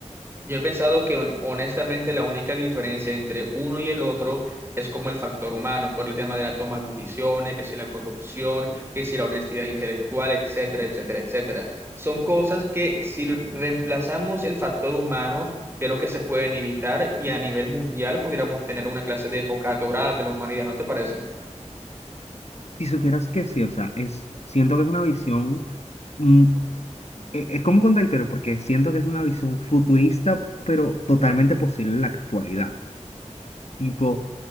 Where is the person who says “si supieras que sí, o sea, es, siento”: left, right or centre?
Left